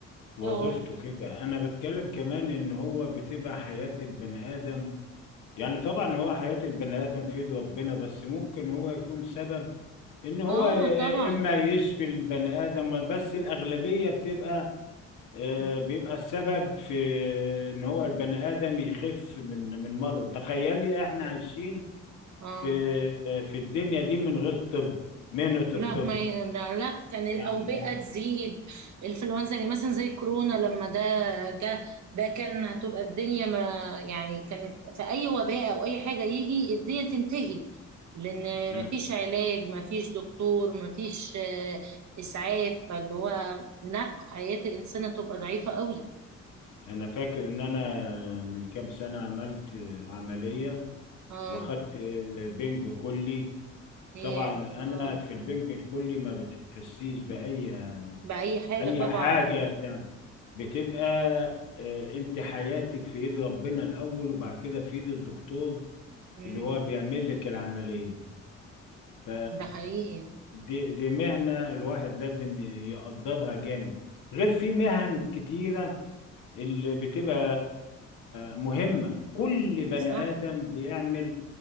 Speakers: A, on the left; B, on the right.
A: وظيفته
B: اه
A: كده انا بتكلم كمان ان هو بتبقى حياة البني ادم يعني طبعا هو حياة البني ادم في ايد ربنا بس ممكن هو يكون سبب ان هو
B: اه
A: ي- إيه،
B: طبعا
A: اما يشفي البني ادم بس الاغلبية بتبقى آه،
B: مم.
A: بيبقى السبب في ان هو البني ادم يخف من من مرض تخيلي احنا عايشين
B: اه
A: في في الدنيا دي من غير طب مهنة
B: لا
A: الطب
B: ما ي- لا لا، كان الاوبئه
A: يعني
B: تزيد الانفلونزا يعني مثلا زي كورونا لما ده جه ده كان هتبقى الدنيا ما يعني كانت في اي وباء او اي حاجه يجي الدنيا تنتهي لان
A: انا
B: ما فيش علاج ما فيش دكتور ما فيش آه، اسعاف فاللي هو لا حياه الانسان هتبقى ضعيفه قوي
A: انا فاكر ان انا من كام سنة عملت عملية
B: اه
A: واخدت بنج كلي
B: ياه
A: طبعا انا
B: اه
A: في البنج الكلي ما بتحسيش باي
B: بأي حاجة
A: اي
B: طبعا
A: حاجة بتاع بتبقى آه، انت حياتك في ايد ربنا الاول وبعد كده في ايد الدكتور
B: مم.
A: اللي هو بيعمل لك العملية ف
B: ده حقيقي
A: دي, دي مهنة الواحد لازم يقدرها جامد غير في مهن كتيرة اللي بتبقى مهمة كل بني
B: صح
A: آدم بيعمل